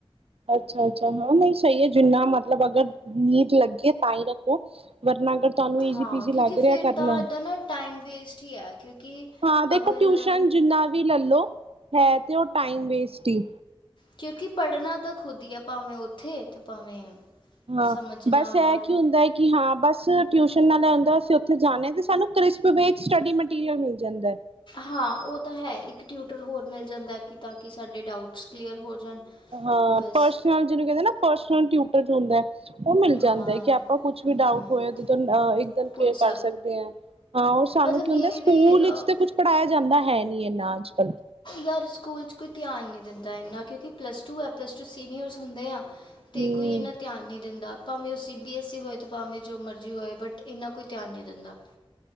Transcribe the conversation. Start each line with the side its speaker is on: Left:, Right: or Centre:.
Right: ਅੱਛਾ-ਅੱਛਾ ਹਾਂ ਨਹੀਂ ਸਹੀ ਹੈ ਜਿੰਨਾ ਮਤਲਬ ਅਗਰ ਨੀਂਡ ਲੱਗੇ ਤਾਂ ਹੀ ਰੱਖੋ ਵਰਨਾ। ਅ ਤੁਹਾਨੂੰ ਈਜੀ
Left: ਹਾਂ
Right: ਪੀਜੀ
Left: ਕਿਉਂਕਿ
Right: ਲੱਗ
Left: ਫਿਰ
Right: ਰਿਹਾ ਕਰਨਾ
Left: ਤਾਂ ਇੱਦਾਂ ਨਾ ਟਾਈਮ ਵੇਸਟ ਹੀ ਆ ਕਿਉਂਕਿ
Right: ਹਾਂ ਦੇਖੋ
Left: ਅਗਰ
Right: ਟਿਊਸ਼ਨ ਜਿੰਨਾ ਵੀ ਲੈਲੋ ਹੈ। ਅਤੇ ਉਹ ਟਾਈਮ ਵੇਸਟ ਹੀ,
Left: ਕਿਉਂਕਿ ਪੜ੍ਹਨਾ ਤਾਂ ਖੁਦ ਹੀ ਆ ਭਾਵੇਂ ਉੱਥੇ ਤੇ ਭਾਵੇਂ,
Right: ਹਾਂ
Left: ਸਮਝਣਾ
Right: ਬਸ ਇਹ
Left: ਔਰ
Right: ਕੀ ਹੁੰਦਾ ਹੈ ਕਿ ਹਾਂ ਬਸ ਟਿਊਸ਼ਨ ਨਾਲ ਹੁੰਦਾ ਅਸੀਂ ਉੱਥੇ ਜਾਣੇ ਤੇ ਸਾਨੂੰ, ਕ੍ਰਿਸਪ ਵਿੱਚ ਸਟੱਡੀ ਮਟੀਰੀਅਲ ਮਿਲ ਜਾਂਦਾ ਹੈ।
Left: ਹਾਂ ਉਹ ਤਾਂ ਹੈ ਇੱਕ ਟਿਊਟਰ ਹੋਰ ਮਿਲ ਜਾਂਦਾ ਕਿ ਤਾਂ ਕਿ ਸਾਡੇ ਡਾਊਟਸ ਕਲੀਅਰ ਹੋ ਜਾਣ।
Right: ਹਾਂ
Left: ਬਸ
Right: ਪਰਸਨਲ ਜਿਹਨੂੰ ਕਹਿੰਦੇ ਨਾ ਪਰਸਨਲ ਟਿਊਟਰ ਚ ਹੁੰਦਾ। ਉਹ ਮਿਲ
Left: ਹਾਂ
Right: ਜਾਂਦਾ ਕਿ ਆਪਾਂ ਕੁਛ ਵੀ
Left: ਹੂੰ
Right: ਡਾਊਟ ਹੋਏ ਇੱਕਦਮ ਕਲੀਅਰ
Left: ਪੁੱਛ
Right: ਕਰ ਸਕਦੇ ਆ ਹਾਂ ਉਹ ਸਾਨੂੰ
Left: ਮਤਲਬ
Right: ਕੀ
Left: ਮੇਰੇ
Right: ਹੁੰਦਾ ਸਕੂਲ
Left: ਵੀ ਅ,
Right: ਵਿੱਚ ਤਾਂ ਕੁਛ ਪੜ੍ਹਾਇਆ ਜਾਂਦਾ ਹੈ ਨੀ ਇਹਨਾ ਚ <unintelligible>
Left: ਯਾਰ ਸਕੂਲ ਚ ਕੋਈ ਧਿਆਨ ਨਹੀਂ ਦਿੰਦਾ ਇੰਨਾ ਕਿਉਂਕਿ ਪਲੱਸ ਟੂ ਹੈ ਪਲੱਸ ਟੂ ਸੀਨੀਅਰ ਸਕੂਲ, ਹੁੰਦੇ ਆ ਤੇ
Right: ਹਮ
Left: ਕੋਈ ਇਨਾ ਧਿਆਨ ਨਹੀਂ ਦਿੰਦਾ। ਭਾਵੇਂ ਉਹ ਸੀ ਬੀ ਐਸ ਈ ਹੋਏ ਤੇ ਭਾਵੇਂ ਜੋ ਮਰਜੀ ਹੋਏ ਬਟ ਇਹਨਾਂ ਕੋਈ ਧਿਆਨ ਨਹੀਂ ਦਿੰਦਾ।